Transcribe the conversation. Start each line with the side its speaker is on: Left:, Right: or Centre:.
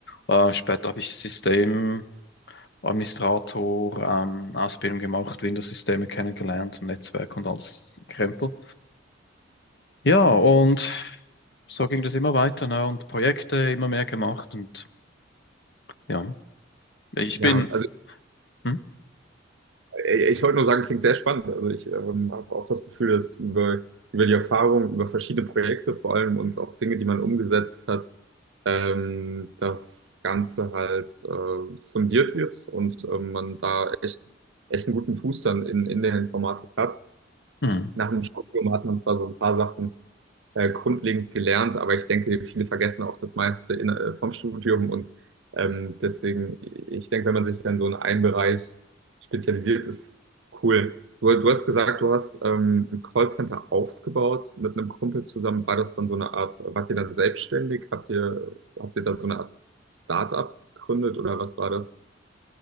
Left: Äh, später habe ich System Administrator, ähm, Ausbildung gemacht, Windows-Systeme kennengelernt und Netzwerk und alles Krempel. Ja, und so ging das immer weiter, ne? Und Projekte immer mehr gemacht und ja, ich
Right: Ja,
Left: bin,
Right: also
Left: hm?
Right: Ich wollte nur sagen, klingt sehr spannend. Also ich ähm, habe auch das Gefühl, dass über, über die Erfahrung, über verschiedene Projekte vor allem und auch Dinge, die man umgesetzt hat, ähm, das Ganze halt äh, fundiert wird und ähm, man da echt, echt einen guten Fuß dann in, in der Informatik hat.
Left: Hm.
Right: Nach dem Studium hat man zwar so ein paar Sachen äh, grundlegend gelernt, aber ich denke, viele vergessen auch das meiste in, äh, vom Studium und ähm, deswegen, ich denke, wenn man sich dann so in einen Bereich spezialisiert, ist cool. Du, du hast gesagt, du hast ähm, ein Callcenter aufgebaut mit einem Kumpel zusammen. War das dann so eine Art, wart ihr dann selbstständig? Habt ihr, habt ihr da so eine Art Startup gegründet oder was war das?